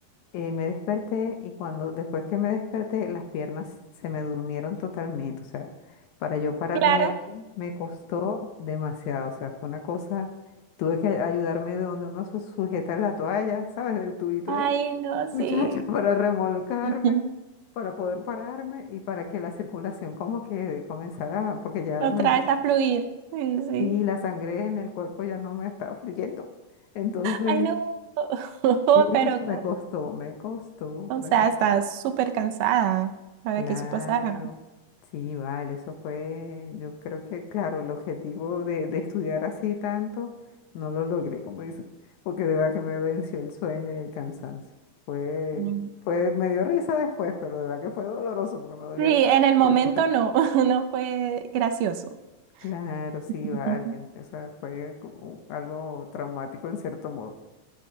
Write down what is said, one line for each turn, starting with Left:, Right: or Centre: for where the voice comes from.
Left: eh, me desperté y cuando después que me desperté las piernas se me durmieron totalmente, o sea, para yo pararme
Right: Claro.
Left: de ahí me costó demasiado, o sea, fue una cosa, tuve que ayudarme de donde uno se sujeta la toalla, <laughs> ¿sabes? Del tubito
Right: Ay,
Left: ahí,
Right: no,
Left: muchachos
Right: sí.
Left: <laughs> para remolcarme,
Right: <laughs> Ujú.
Left: para poder pararme y para que la circulación como que comenzara, porque ya
Right: Otra
Left: imagínate,
Right: vez a fluir. Sí, sí.
Left: sí, la sangre en el cuerpo ya no me estaba fluyendo, entonces,
Right: Ay, no.
Left: <laughs>
Right: <laughs>
Left: sí, muchachos
Right: Pero,
Left: me costó, me costó,
Right: o
Left: me
Right: sea,
Left: costó.
Right: estás súper cansada para
Left: Claro,
Right: que eso pasara.
Left: sí, vale, eso fue, yo creo que, claro, el objetivo de, de estudiar así tanto, no lo logré, como dice, porque de verdad que me venció el sueño y el cansancio. Fue,
Right: Mm.
Left: fue, me dio risa después, pero de verdad que fue doloroso porque me dolía
Right: Sí,
Left: la
Right: en el momento
Left: piernita.
Right: no, <laughs> no fue gracioso.
Left: Claro, sí,
Right: <laughs>
Left: vale, o sea, fue como algo traumático en cierto modo.